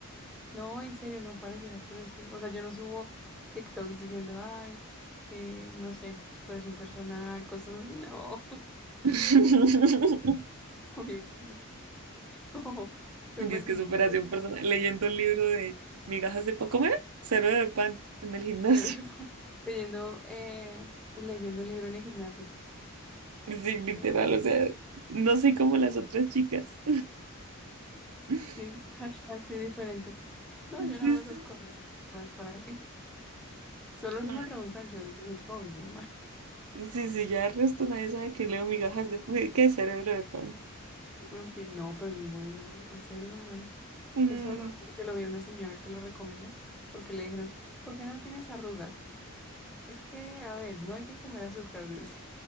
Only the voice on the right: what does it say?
<laughs>
Dices
que
superación
personal. Leyendo un libro de migajas de pan. ¿Cómo era? Cero de pan en el gimnasio.
<laughs>
Sí, literal.
O sea, no soy como las otras chicas. <laughs>
Sí,
sí.
sí.
Ay,
sí, sí, ya el resto nadie sabe que leo migajas de pan. ¿Qué cerebro de pan?
Mm,